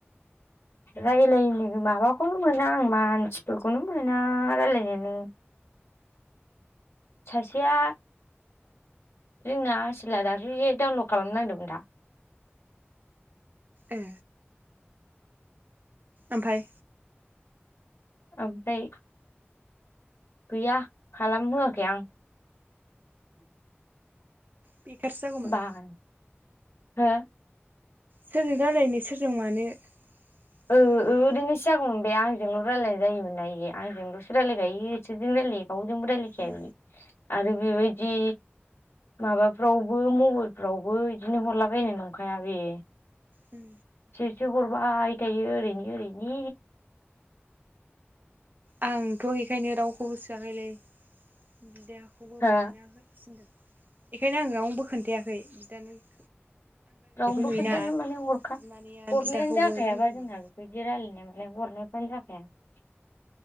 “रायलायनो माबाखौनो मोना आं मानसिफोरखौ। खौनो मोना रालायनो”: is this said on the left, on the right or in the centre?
Left